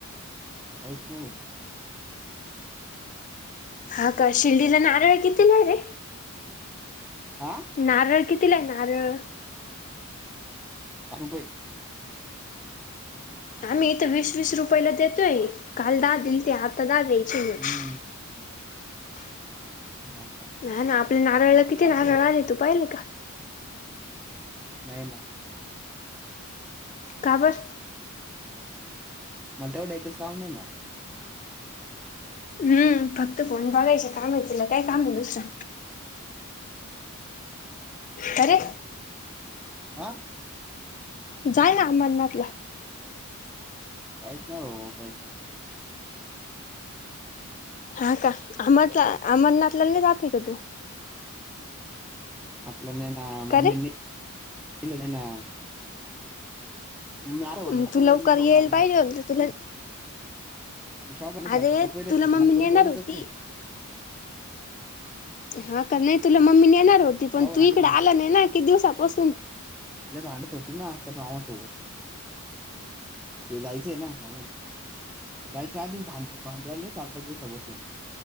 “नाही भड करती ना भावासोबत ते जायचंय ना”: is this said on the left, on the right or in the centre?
Centre